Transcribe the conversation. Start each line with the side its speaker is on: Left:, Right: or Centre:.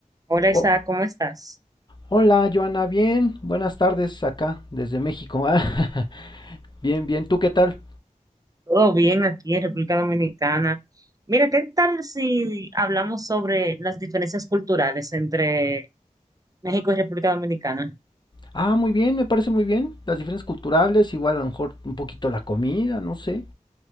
Right: Hola Isaac,
Left: Oh,
Right: ¿cómo estás?
Left: hola, Joana, bien. Buenas tardes acá, desde México. <laughs> Ah, bien, bien. ¿Tú qué tal?
Right: Todo bien aquí en República Dominicana. Mira, ¿qué tal si hablamos sobre las diferencias culturales entre México y República Dominicana?
Left: Ah, muy bien, me parece muy bien. Las diferencias culturales, igual a lo mejor un poquito la comida, no sé.